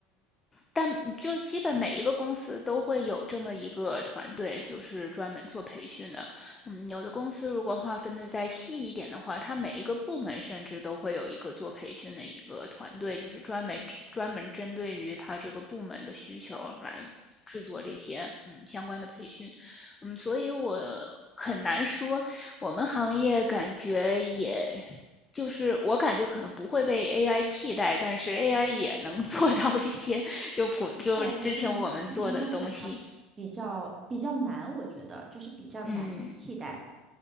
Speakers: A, on the left; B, on the right.
A: 但嗯就基本每一个公司都会有这么一个团队，就是专门做培训的。嗯，有的公司如果划分的再细一点的话，它每一个部门甚至都会有一个做培训的一个团队，就是专门专门针对于它这个部门的需求来制作这些嗯相关的培训。嗯，所以我很难说，我们行业感觉也就是我感觉可能不会被 AI 替代，但是 AI 也能 <laughs> 做到一些就普就之前我们做的东西。
B: 但是你应该会比较比较比较难，我觉得就是比较难替代，
A: 嗯，